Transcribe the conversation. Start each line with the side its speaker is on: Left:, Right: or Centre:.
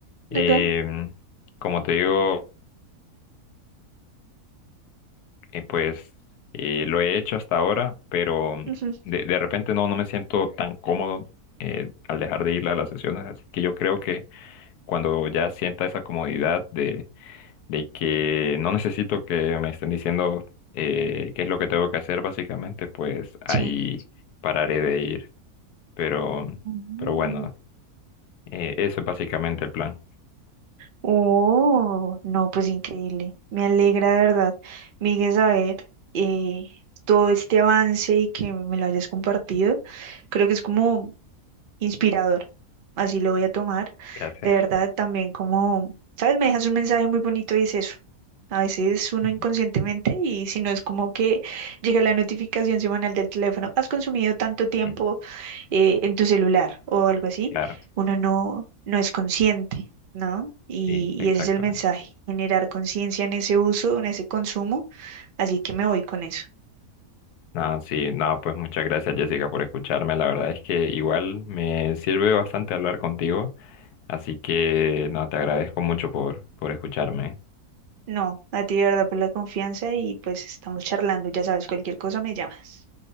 Left: Em,
Right: ok,
Left: como te digo... eh, pues eh, lo he hecho hasta ahora, pero mm,
Right: ujú,
Left: de, de repente no, no me siento tan cómodo eh, al dejar de ir a las sesiones. Así que yo creo que cuando ya sienta esa comodidad de, de que no necesito que me estén diciendo eh, qué es lo que tengo que hacer, básicamente, pues ahí
Right: Sí.
Left: pararé de ir. Pero, mm,
Right: Mm.
Left: pero bueno, eh, eso es básicamente el plan.
Right: Oh, no, pues increíble. Me alegra, de verdad, Miguel, saber eh, todo este avance y que me lo hayas compartido. Creo que es como inspirador. Así lo voy a tomar.
Left: Gracias.
Right: De verdad, también como, ¿sabes? Me dejas un mensaje muy bonito y es eso. A veces uno
Left: Ujú.
Right: inconscientemente y si no es como que llega la notificación semanal del teléfono, has consumido tanto tiempo
Left: Sí,
Right: eh, en tu celular o algo así,
Left: claro,
Right: uno no, no es consciente, ¿no? Y,
Left: sí,
Right: y
Left: exactamente.
Right: ese es el mensaje, generar conciencia en ese uso, en ese consumo, así que me voy con eso.
Left: No, sí, nada pues muchas gracias Jessica por escucharme. La verdad es que igual me sirve bastante hablar contigo. Así que no, te agradezco mucho por, por escucharme.
Right: No, a ti de verdad por la confianza y pues estamos charlando, ya sabes, cualquier cosa me llamas.